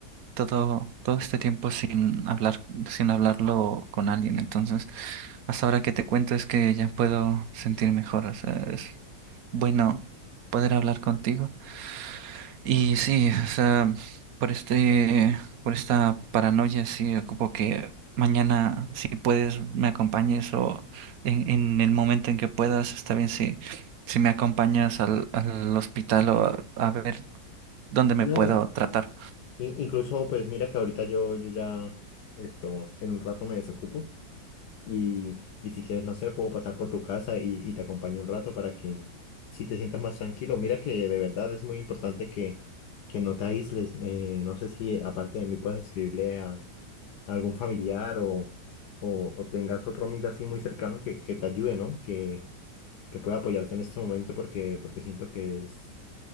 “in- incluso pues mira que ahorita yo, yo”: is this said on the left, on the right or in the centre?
Left